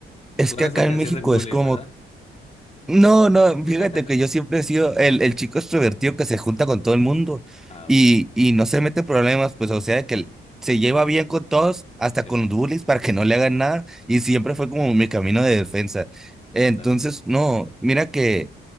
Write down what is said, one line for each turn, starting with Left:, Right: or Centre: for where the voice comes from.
Centre: Es
Left: Tú
Centre: que
Left: eras
Centre: acá
Left: el que
Centre: en
Left: hacías
Centre: México
Left: el bullying,
Centre: es como,
Left: ¿verdad?
Centre: no, no,
Left: <laughs>
Centre: fíjate que yo siempre he sido el, el chico extrovertido que se junta con todo el mundo
Left: Ah,
Centre: y,
Left: ok.
Centre: y no se mete en problemas, pues o sea que se lleva bien con todos, hasta
Left: Sí,
Centre: con los bullies para que no le hagan nada y siempre fue como mi camino de defensa. Entonces,
Left: ándale.
Centre: no, mira que...